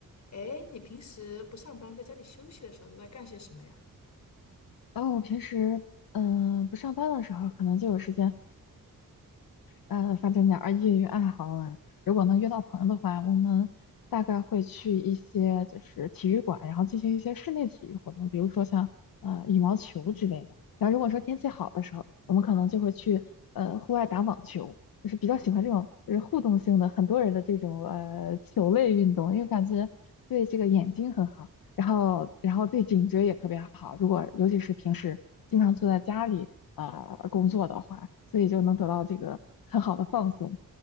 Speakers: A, on the left (about 50°); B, on the left (about 80°).
A: 哎，你平时不上班，在家里休息的时候都在干些什么呀？
B: 然后我平时嗯、呃不上班的时候，可能就有时间，呃，发展点儿业余爱好啊。如果能约到朋友的话，我们大概会去一些就是体育馆，然后进行一些室内体育活动，比如说像呃羽毛球之类的。然后如果说天气好的时候，我们可能就会去呃户外打网球，就是比较喜欢这种就是互动性的很多人的这种呃球类运动，因为感觉对这个眼睛很好，然后然后对颈椎也特别好。如果尤其是平时经常坐在家里。啊，工作的话，所以就能得到这个很好的放松。